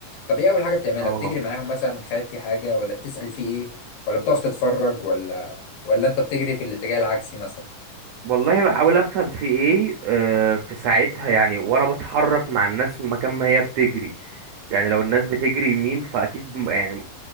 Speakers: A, on the left; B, on the right.
A: طب ايه اول حاجه بتعملها
B: اه
A: بتجري معاهم مثلا خايف في حاجه ولا بتسال في ايه ولا بتقف تتفرج ولا ولا انت بتجري في الاتجاه العكسي مثلا
B: والله بحاول افهم في ايه آه، في ساعتها يعني وانا بتحرك مع الناس مكان ما هي بتجري يعني لو الناس بتجري يمين فاكيد م- يعني